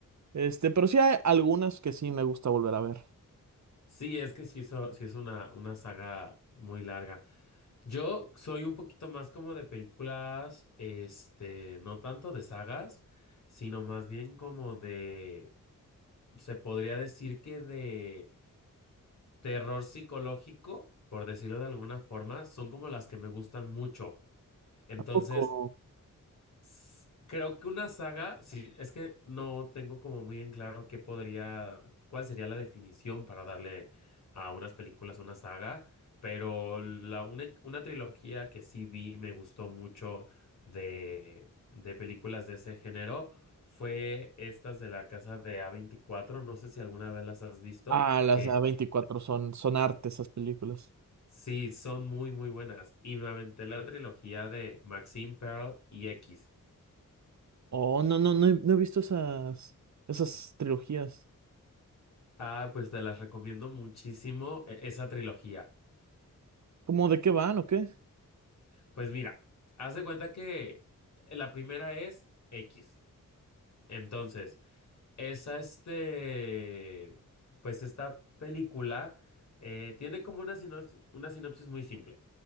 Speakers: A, on the right; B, on the left.
A: Este, pero sí hay algunas que sí me gusta volver a ver.
B: Sí, es que sí, hizo- sí es una, una saga muy larga. Yo soy un poquito más como de películas, este, no tanto de sagas, sino más bien como de, se podría decir que de terror psicológico, por decirlo de alguna forma, son como las que me gustan mucho. Entonces,
A: Tampoco.
B: S- Creo que una saga, sí, es que no tengo como muy en claro qué podría, cuál sería la definición para darle a unas películas una saga, pero la, una, una trilogía que sí vi, y me gustó mucho de, de películas de ese género, fue estas de la casa de a veinticuatro no sé si alguna vez las has visto,
A: Ah, las
B: que
A: a veinticuatro son, son arte esas películas.
B: sí, son muy, muy buenas. Y me aventé la trilogía de Maxine Pearl y X.
A: Oh, no, no, no he, no he visto esas, esas trilogías.
B: Ah, pues te las recomiendo muchísimo e- esa trilogía.
A: ¿Cómo de qué van o qué?
B: Pues mira, haz de cuenta que la primera es X. Entonces, esa este, pues esta película eh, tiene como una sinopsis, una sinopsis muy simple.